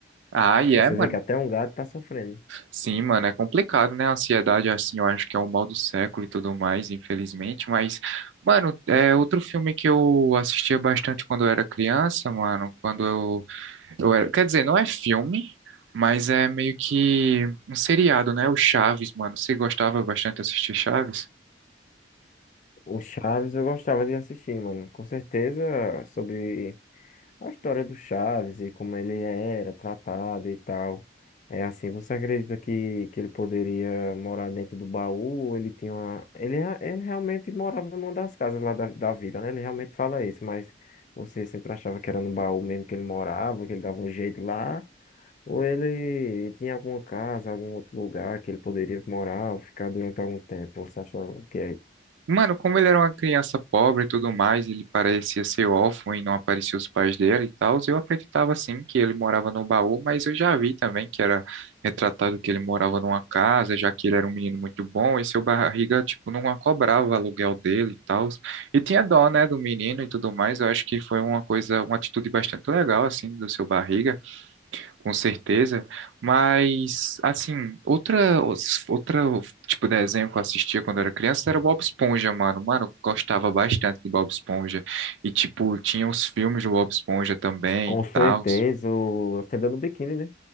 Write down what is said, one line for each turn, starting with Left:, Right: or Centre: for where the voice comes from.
Right: Ah, e
Left: Você
Right: é, mano.
Left: vê que até um gato tá sofrendo,
Right: Sim, mano, é complicado, né? A ansiedade, assim, eu acho que é o mal do século e tudo mais, infelizmente. Mas, mano, é outro filme que eu assistia bastante quando eu era criança, mano. Quando eu, eu era. Quer dizer, não é filme, mas é meio que um seriado, né? O Chaves, mano. Você gostava bastante de assistir Chaves?
Left: O Chaves eu gostava de assistir, mano. Com certeza sobre a história do Chaves e como ele era tratado e tal. É assim, você acredita que, que ele poderia morar dentro do baú? Ele tinha uma... ele, rea- ele realmente morava numa das casas lá da, da vila, né? Ele realmente fala isso, mas você sempre achava que era no baú mesmo que ele morava, que ele dava um jeito lá? Ou ele tinha alguma casa, algum outro lugar que ele poderia morar ou ficar durante algum tempo? Você achava que é
Right: Mano, como ele era uma criança pobre e tudo mais, ele parecia ser órfão e não apareciam os pais dele e tal, eu acreditava sim que ele morava no baú, mas eu já vi também que era retratado que ele morava numa casa, já que ele era um menino muito bom e seu barriga, tipo, não cobrava o aluguel dele e tal. E tinha dó, né, do menino e tudo mais, eu acho que foi uma coisa, uma atitude bastante legal, assim, do seu barriga. Com certeza, mas assim, outra, os- outra tipo de desenho que eu assistia quando era criança era Bob Esponja, mano. Mano, eu gostava bastante de Bob Esponja e tipo, tinha os filmes do Bob Esponja também
Left: Com
Right: e
Left: certeza,
Right: tal.
Left: o a Fenda do Biquíni, né?